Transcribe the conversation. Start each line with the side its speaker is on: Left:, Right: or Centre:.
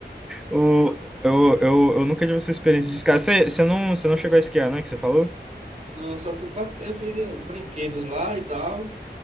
Centre: Eu, eu, eu, eu nunca tive essa experiência de esquiar. Você você não, você não chegou a esquiar, né? Que você falou?
Right: Não, eu só fui, passe- eu fiz eh, brinquedos lá e tal,